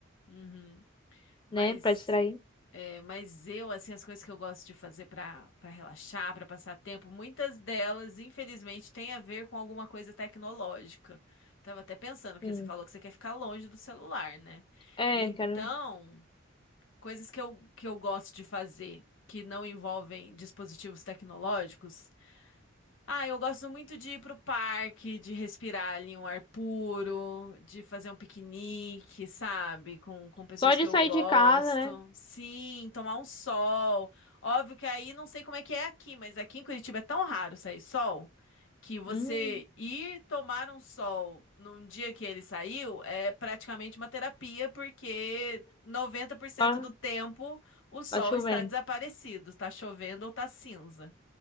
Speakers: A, on the left; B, on the left.
A: Uhum. Mas,
B: né, pra distrair.
A: é, mas eu, assim, as coisas que eu gosto de fazer para para relaxar, para passar tempo, muitas delas, infelizmente, têm a ver com alguma coisa tecnológica. Tava até pensando, porque
B: Sim.
A: você falou que você quer ficar longe do celular, né?
B: É,
A: Então,
B: quero
A: coisas que eu, que eu gosto de fazer que não envolvem dispositivos tecnológicos Ah, eu gosto muito de ir pro parque, de respirar ali um ar puro, de fazer um piquenique, sabe? Com, com pessoas
B: só de
A: que eu
B: sair
A: gosto.
B: de casa, né?
A: Sim, tomar um sol. Óbvio que aí não sei como é que é aqui, mas aqui em Curitiba é tão raro sair sol que você
B: Hum,
A: ir tomar um sol num dia que ele saiu é praticamente uma terapia, porque noventa por cento
B: tá,
A: do tempo o sol
B: tá chovendo.
A: está desaparecido, está chovendo ou está cinza.